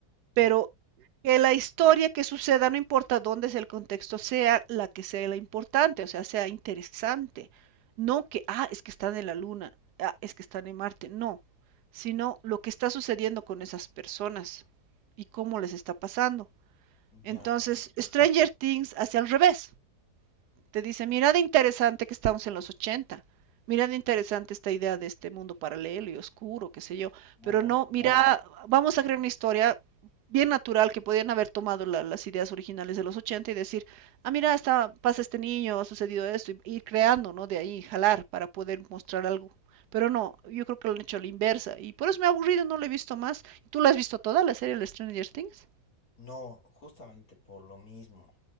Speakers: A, on the left; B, on the right.
A: no,
B: Pero
A: hay-
B: que la historia que suceda, no importa dónde es el contexto, sea la que sea la importante, o sea, sea interesante. No que, ah, es que están en la luna, ah, es que están en Marte, no, sino lo que está sucediendo con esas personas y cómo les está pasando. Entonces,
A: ya,
B: Stranger Things hacia el revés. Te dice, mira de interesante que estamos en los 80. Mira de interesante esta idea de este mundo paralelo y oscuro, qué sé yo. Pero
A: ah,
B: no, mira, vamos a crear una historia bien natural que podían haber tomado la- las ideas originales de los 80 y decir, ah, mira, está, pasa este niño, ha sucedido esto, y ir creando, ¿no? De ahí, jalar para poder mostrar algo. Pero no, yo creo que lo han hecho a la inversa. Y por eso me ha aburrido, no lo he visto más. ¿Tú la has visto toda la serie, la Stranger Things?
A: no, justamente por lo mismo.